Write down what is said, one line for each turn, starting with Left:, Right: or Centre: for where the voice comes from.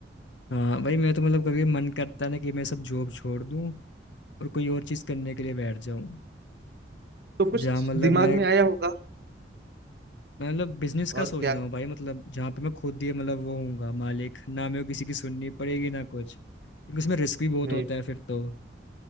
Left: हाँ भाई मैं तो मतलब कभी मन करता है ना कि मैं सब जॉब छोड़ दूँ और कोई और चीज़ करने के लिए बैठ जाऊँ
Right: <laughs> तो कुछ
Left: जहाँ मतलब
Right: दिमाग
Left: मैं
Right: में आया होगा
Left: मैं मतलब बिजनेस का
Right: और
Left: सोच
Right: क्या
Left: रहा हूँ भाई मतलब जहाँ पे मैं खुद ही मतलब वो हूँगा मालिक ना मेरे को किसी की सुननी पड़ेगी ना कुछ क्योंकि उसमें रिस्क भी बहुत
Right: मैं
Left: होता है फिर तो